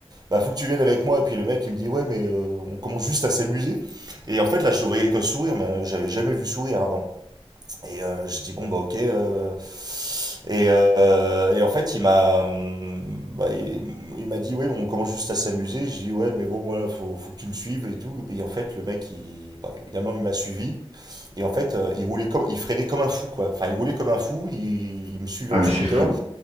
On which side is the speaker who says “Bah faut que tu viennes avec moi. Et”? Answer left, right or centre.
Right